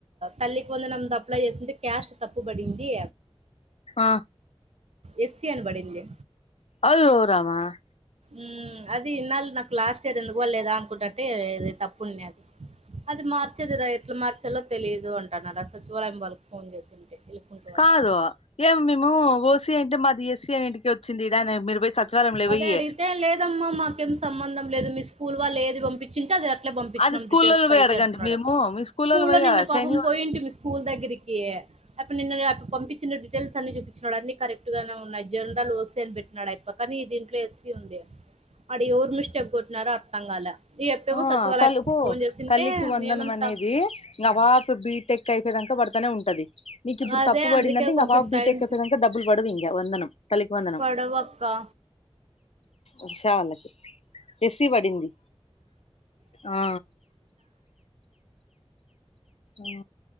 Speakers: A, on the right; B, on the left.
A: తల్లికి వందనం అప్లై చేసింటే క్యాష్ట్ తప్పు పడింది
B: ఆ
A: ఎస్సీ అనీ పడింది
B: అయ్యో రామా
A: ఊ అది ఇన్నాళు నాకు లాస్ట్ ఇయర్ ఎందుకు పడలేదా అనుకుంట ఉంటే ఇది తప్పు ఉన్నది అది మార్చేది రా ఎట్లా మార్చాలో తెలియదు అంటన్నారు ఆ సచివాలయం వాళ్ళకి ఫోన్ చేసింటే ఎలుకుంట వాళ్ళకి
B: కాదు ఏం మేము ఓసి అయింటే మాది ఎస్సీ అనీ ఏంటికి వచ్చింది ఇడా మీరు పోయి సచివాలయంలో
A: అదే
B: పోయి
A: అడిగితే లేదమ్మా మాకేం సంబంధం లేదు మీ స్కూల్ వాళ్ళు ఏది పంపించింటే అది పంపించినాం
B: అది స్కూల్లో
A: డీటెయిల్స్ పైకి
B: పోయి అడగండి
A: అంటున్నాడు
B: మేము మీ
A: స్కూల్లో
B: పోయి
A: నిన్న పాపం
B: శనివారం
A: పోయింటి మీ స్కూల్ దగ్గరికి అయప్ప నిన్న నే పంపించినేటివి టేల్స్ అన్ని చూపిచ్చినాడు అన్ని కరెక్ట్ గానే ఉన్నాయి జనరల్ ఓసి అని పెట్టినాడు అయప్ప కానీ దీంట్లో ఎస్సి ఉంది అడా ఎవరు మిస్టేక్ కొట్టినారో అర్థం కాలే అప్పేమో
B: ఆ
A: సచివాలయం
B: తల్లి పో
A: ఫోన్ చేసింటే
B: తల్లికి వందనం
A: మేమంతా
B: అనేది ఇంగా ఆ పాప బీటెక్ అయిపోయదాక పడుతు తానే ఉంటది నీ ఇప్పుడు
A: అదే
B: తప్పు పడిందంటే
A: అందుకే
B: ఇంకా
A: కొంచెం
B: పాప బీటెక్
A: టైం
B: అయిపోయేదాకా డబ్బులు పడవు ఇంగా వందనం తల్లికి వందనం
A: పడవు అక్కా
B: ఉషా వాళ్ళకి ఎస్సీ పడింది ఆ ఆ